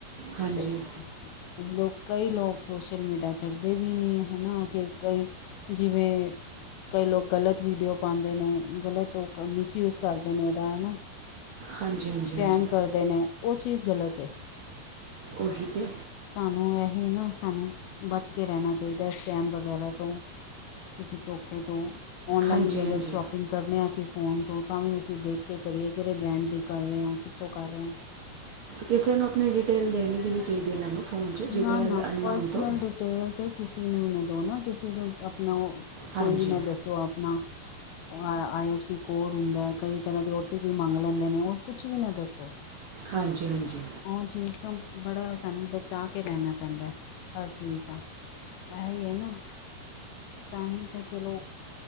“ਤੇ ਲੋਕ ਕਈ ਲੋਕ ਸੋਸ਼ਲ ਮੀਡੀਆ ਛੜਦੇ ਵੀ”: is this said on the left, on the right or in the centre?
Left